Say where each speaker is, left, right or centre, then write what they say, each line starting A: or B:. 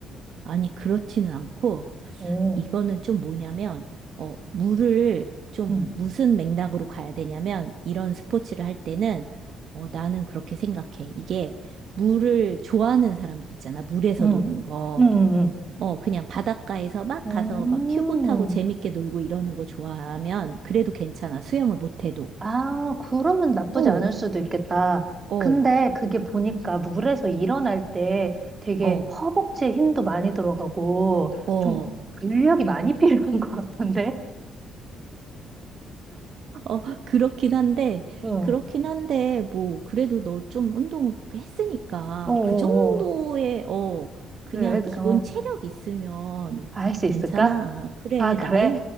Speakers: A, on the right; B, on the right.
A: 아니, 그렇지는 않고,
B: 오,
A: 이거는 좀 뭐냐면, 어, 물을 좀
B: 응,
A: 무슨 맥락으로 가야 되냐면, 이런 스포츠를 할 때는, 어, 나는 그렇게 생각해. 이게 물을 좋아하는 사람들 있잖아. 물에서
B: 응,
A: 노는 거.
B: 응, 응,
A: 어, 그냥 바닷가에서 막
B: 응.
A: 가서 막 튜브 타고 재밌게 놀고 이러는 거 좋아하면 그래도 괜찮아. 수영을 못해도.
B: 아, 그러면 나쁘지
A: 어,
B: 않을 수도 있겠다.
A: 어,
B: 근데 그게 보니까 물에서 일어날 때 되게
A: 어,
B: 허벅지에 힘도 많이 들어가고
A: 어,
B: 좀 근력이 많이 <laughs> 필요한 것 같던데?
A: 어, 그렇긴 한데,
B: 어, 어,
A: 그렇긴 한데, 뭐, 그래도 너 좀 운동 했으니까
B: 어, 어.
A: 그 정도의, 어, 그냥
B: 그래, 그거
A: 기본 체력 있으면
B: 할 수
A: 괜찮아.
B: 있을까?
A: 그래,
B: 아, 그래.
A: 나이,